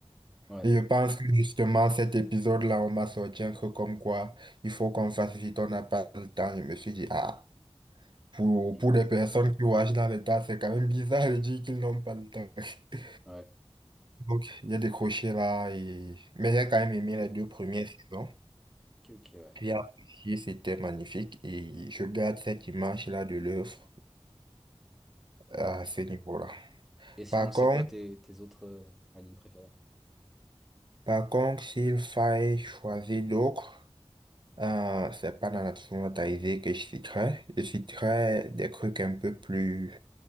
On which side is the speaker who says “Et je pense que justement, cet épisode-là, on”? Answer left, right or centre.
Right